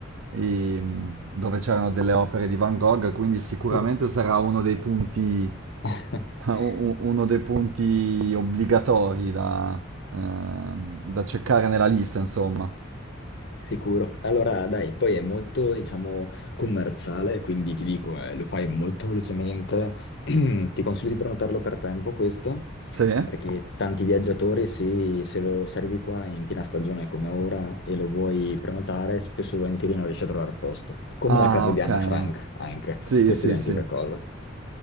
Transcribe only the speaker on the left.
Oh.
<laughs>
Sicuro. Allora, dai, poi è molto, diciamo, commerciale, quindi ti dico, eh, lo fai molto velocemente. <clears throat> Ti consiglio di prenotarlo per tempo questo,
perché tanti viaggiatori, sì, se, lo, se arrivi qua in piena stagione come ora e lo vuoi prenotare, spesso e volentieri non riesci a trovare posto. Come
la casa
di Anna Frank, anche.
Stessa
identica
cosa.